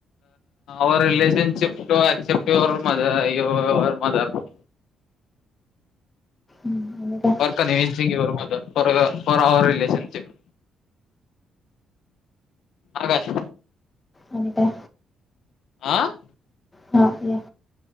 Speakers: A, on the left (about 75°); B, on the left (about 20°).
A: र रिलेशनशिप अक्सेप्ट यर मदर य यर मदर.
B: हम् का.
A: पर निवीन सिंग व मद फ फरऑवर रिलेेशनशिप. आकाश.
B: आणि काय.
A: आ.
B: हा या